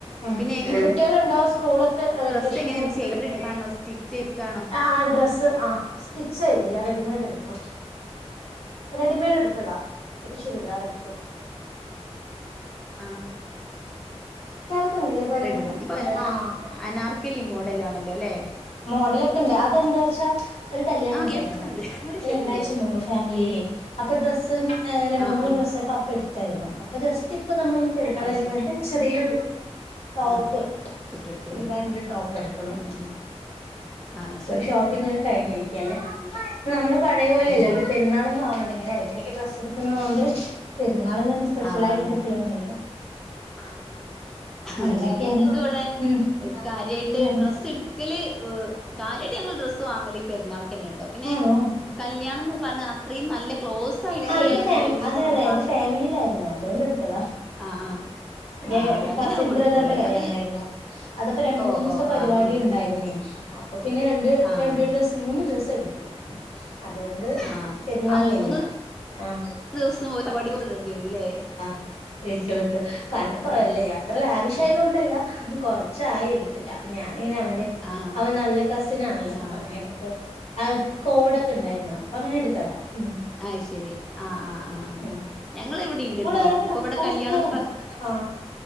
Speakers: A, on the left; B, in the centre.
A: ഉം
B: പിന്നെ എങ്ങനെ
A: കുട്ട്യാള്ണ്ടോ സ്കൂള് ക്ക് വെക്കേഷനൊക്കെ
B: ഡ്രസ്സ് എങ്ങനെ
A: ഇങ്ങനെ
B: ചെയ്തെടുക്കാണോ സ്റ്റിച്ച് ചെയ്ക്കാണോ
A: ആഹ് ഡ്രസ്സ് ആഹ്. സ്റ്റിച്ച്യ്തില്ലാ റെഡിമെയ്ഡ് എടുത്തു. റെഡിമെയഡ് എടുത്തതാ ഒരു ചുരിദാറ് എടുത്തു.
B: ആഹ്
A: കേൾക്കുന്നില്ലേ പറയുന്നത്?
B: റെഡിമേഡ് ഇപ്പൊ
A: ആഹ്
B: അനാർക്കലി മോഡലാണല്ലോ അല്ലെ
A: മോഡലൊക്കെണ്ട് അതെന്താച്ചാ ഒരു കല്യാണൊ
B: ആഹ്
A: ണ്ടായിരുന്നു
B: കേൾക്കുന്നുണ്ട് അങ്ങോട്ട്
A: ഒരു
B: കേൾക്കണില്ലേ
A: രണ്ടാഴ്ച മുമ്പ് ഫാമിലീലെ അപ്പൊ ഡ്രസ്സ്‌ ഉം ഏ രണ്ട്
B: ആഹ്
A: മൂന്ന്
B: ആഹ്
A: ഡ്രസ്സൊക്കപ്പെ ടുത്തായിരുന്നു. അപ്പൊ ജസ്റ്റിപ്പ നമ്മളൊന്ന് പെരുന്നാളല്ലെങ്ങട്ട്
B: അയ് ശരി
A: ചെറിയൊരു ടോപ്പ്
B: ആഹ് കുട്ടെടുത്തില്ലേ
A: ചുരിദാറിന്റൊരു ടോപ്പെടുത്തുള്ളു
B: ഉം ഉം ആഹ്
A: പ്പൊരു
B: ശരി
A: ഷോപ്പിങ്ങ് കഴിഞ്ഞിരിക്കല്ലേ പ്പ നമ്മള് പഴേ പോലെയല്ലല്ലോ
B: ഉം
A: പെരുന്നാളൊന്നു ആവണ്ടിങ്ങന എടക്കിടക്ക് ഡ്രസെടുക്കുന്ന കൊണ്ട് പെരുന്നാൾ ഞ്ഞന്ത് സ് പെഷ്യലായിട്ടെടുക്കലൊന്നുല്ല
B: ആഹ് <inaudible>
A: പണ്ടൊക്കെയായിരുന്നു
B: ആഹ് ശരി ഞങ്ങക്ക് വിടെ
A: ഉം
B: കാര്യായിട്ട്
A: എല്ലാരും
B: ഡ്രസ്സ്ട് ക്കല് എ കാര്യായിട്ട് ഞങ്ങള് ഡ്രസ്സ് വാങ്ങലീ പെരുന്നാൾ ക്കെന്നാട്ടോ പിന്നെ
A: ആണോ
B: കല്യാണം ന്ന് പറഞ്ഞ അത്രയും നല്ല ക്ലോസാ യിട്ടുള്ള
A: ആ ഇത് ഫാമി
B: റിലേറ്റീവ്സിന്റെ
A: അതെ അതെ
B: മാ
A: എന്റെ ഫാമിലിയിലായിരുന്നു അതുകൊണ്ടെടുത്തതാ
B: ആഹ് ആഹ്
A: ഏഹ്
B: ആഹ് അങ്ങനെ
A: കസിൻ
B: ആകുമ്പോ
A: ബ്രദറിന്റെ
B: എടുക്കുള്ളൂ അല്ലാതെ
A: കല്യണായിരുന്നു അതപ്പോ രണ്ട്
B: ഓ
A: മൂന്നു ദിവസത്തെ
B: ഓ
A: പരിപാട്യു
B: ഓ അങ്ങനെയുള്ള
A: ണ്ടായിരുന്നേ അപ്പൊ പിന്നെ രണ്ട്
B: ആഹ്
A: രണ്ട് ഡ്രസ്സ് മൂന്ന് ഡ്രസ്സെടുത്തു. അതുകൊണ്ട്
B: ആഹ്
A: പെരുന്നാൾനില്ല.
B: ആ മൂന്ന്
A: ആഹ്
B: ദിവസം ഒരു പരിപാടിക്ക് ഇടേണ്ടി വരൂല്ലേ
A: <inaudible> ഇട്ടു ഇട്ടു കനക്കവല്ല
B: ആഹ്
A: യാത്രയില് ആവശ്യമായതു
B: ആഹ്
A: കൊണ്ടല്ല കൊർച്ചായി എടുത്തിട്ട് അപ്പൊ ഞാനിങ്ങനെ അവന്റെ
B: ആഹ്
A: അവൻ നല്ല കസിനാണല്ലോ അപ്പൊ
B: ആഹ്
A: അങ്ങനെടുത്ത് അഅ് കോടൊക്കെ ണ്ടായിരുന്നു അപ്പങ്ങനെ ടുത്തതാ ഉം
B: അയ്ശെരി ആഹ് ആഹ് ആഹ്
A: ഉം
B: ഞങ്ങളിവിടിണ്ട്ട്ടോ
A: മോളെ എറങ്ങടാ
B: പ്പൊ ബട
A: എറങ്ങ്
B: കല്യാണംന്ന്
A: കേറണ്ട
B: പ
A: ആഹ്